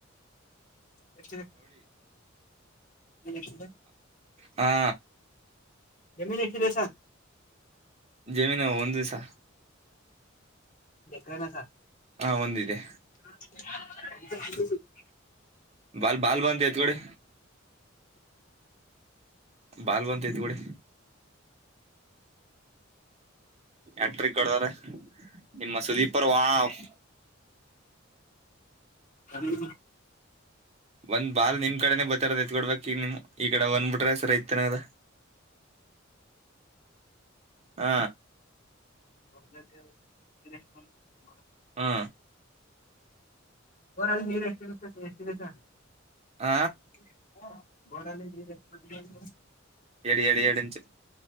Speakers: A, on the left; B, on the right.
A: ಎರ್ ಜಮ
B: ಹಾ
A: ಜಮೀನ್ ಎಷ್ಡಿದೆ ಸಾ?
B: ಜಮೀನು ಒಂದು ದಿವಸ
A: ಕನ ಸಾ
B: ಹಾ ಒಂದಿದೆ
A: <unintelligible>
B: ಬಾಲ್ ಬಾಲ್ ಬಂದತ್ ಕೊಡಿ. ಬಾಲ್ವಂತ ಐತ್ ಕೊಡಿ. ಎಕ್ಟ್ರಿಕ್ ಕೊಡದಾರೆ ನಿಮ್ಮ ಸುದೀಪ್ ಅವ್ರು ವಾವ್.
A: ಅರಿ
B: ಒಂದ್ ಬಾರ್ ನಿಮ್ ಕಡೆೇನೆ ಬತಾರ ಎತ್ಕೊಡ್ಬೇಕು. <unintelligible> ಗಿಡ ಬಂದಬಿಟ್ರೆ ಸರ್ ಐತನದ. ಹಾ
A: <unintelligible>
B: ಹಾ
A: ರ ಅಲ್ಲಿ ನೀರ್ ಎಷ್ಟು ಇರ್ತದೆ.
B: ಹ
A: <unintelligible> <unintelligible>
B: ಎಡಿ ಎಡು ಎರೆಡಿಂಚು